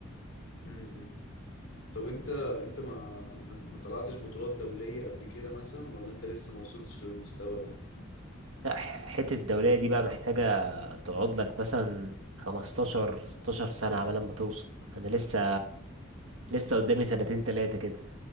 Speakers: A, on the left; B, on the right.
A: امم طب انت انت ما ما ما طلعتش بطولات دولية قبل كده مثلا ولا انت لسه ما وصلتش للمستوى ده
B: لا ح- حتة الدولية دي بقى محتاجة تقعد لك مثلا 15 16 سنة على ما توصل أنا لسه لسه قدامي سنتين تلاتة كده